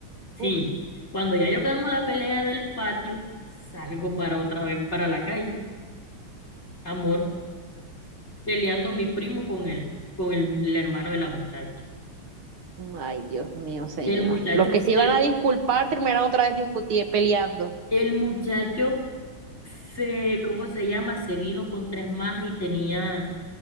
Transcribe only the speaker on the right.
uff,
ay Dios mío, señor.
Los que
se iban a disculpar terminaron otra vez discutiendo, peleando.